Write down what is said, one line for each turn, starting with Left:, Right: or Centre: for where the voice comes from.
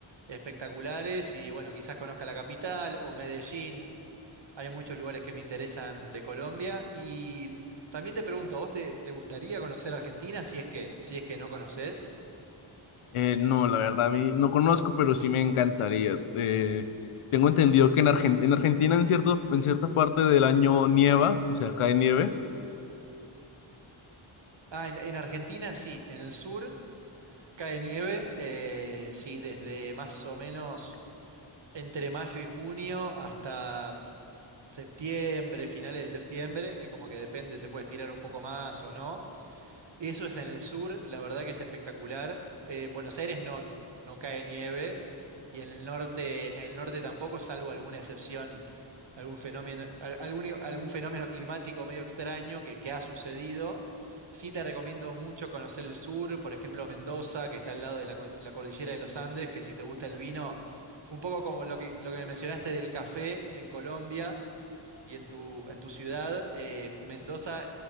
Right: espectaculares, y bueno, quizás conozca la capital o Medellín. Hay muchos lugares que me interesan de Colombia y también te pregunto, ¿a vos te, te gustaría conocer Argentina si es que, si es que no conocés?
Left: Eh, no, la verdad, a mí no conozco, pero sí me encantaría. Eh, tengo entendido que en, Argen- en Argentina en cierto, en cierta parte del año nieva, o sea, cae nieve.
Right: Ah, en, en Argentina sí, en el sur cae nieve, eh, sí, desde más o menos entre mayo y junio hasta septiembre, finales de septiembre, eh, como que depende, se puede estirar un poco más o no. Eso es en el sur, la verdad que es espectacular. Eh, en Buenos Aires no, no cae nieve y en el norte, en el norte tampoco, salvo alguna excepción, algún fenómeno, al- algún, i- algún fenómeno climático medio extraño que, que ha sucedido. Sí te recomiendo mucho conocer el sur, por ejemplo Mendoza, que está al lado de la, co- la cordillera de los Andes, que si te gusta el vino, un poco como lo que, lo que me mencionaste del café en Colombia. Y en tu, en tu ciudad, eh, Mendoza,